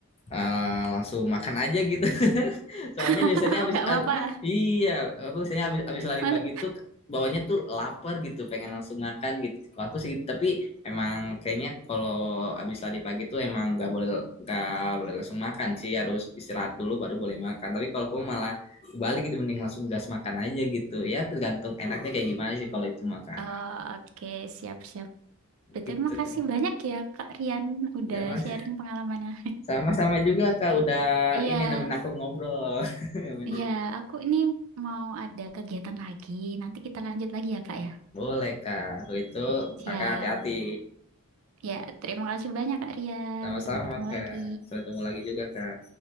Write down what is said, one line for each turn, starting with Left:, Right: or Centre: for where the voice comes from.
Left: eh, langsung makan aja gitu. <laughs> Soalnya
Right: <laughs>
Left: biasanya habis
Right: Nggak
Left: ab-
Right: apa-apa.
Left: iya, aku biasanya habis habis lari
Right: Mas-
Left: pagi tuh bawanya tuh lapar gitu, pengen langsung makan gitu. Kalau aku sih gitu, tapi emang kayaknya kalau habis lari pagi tuh emang nggak boleh nggak boleh langsung makan sih, harus istirahat dulu baru boleh makan. Tapi kalau aku malah kebalik gitu, mending langsung gas makan aja gitu. Ya tergantung enaknya kayak gimana sih kalau itu makan
Right: Oh, Oke, siap-siap. Betul,
Left: gitu
Right: makasih
Left: kan.
Right: banyak ya Kak Rian udah
Left: Ya, Mas.
Right: sharing pengalamannya.
Left: Sama-sama juga Kak udah
Right: <laughs> Iya.
Left: ini nemenin aku ngobrol. <laughs>
Right: Iya, aku ini mau ada kegiatan lagi. Nanti kita lanjut lagi ya, Kak ya.
Left: Boleh, Kak. Kalau itu
Right: Siap.
Left: kakak hati-hati.
Right: Ya, terima kasih banyak, Kak Rian.
Left: Sama-sama,
Right: Sampai ketemu
Left: Kak.
Right: lagi.
Left: Sampai ketemu lagi juga, Kak.